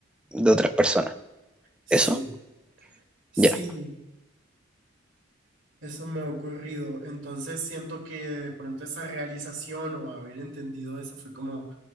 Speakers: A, in the centre; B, on the right.
A: de otras personas.
B: sí,
A: ¿Eso?
B: sí,
A: Ya.
B: sí, eso me ha ocurrido. Entonces siento que de pronto esa realización o haber entendido eso fue como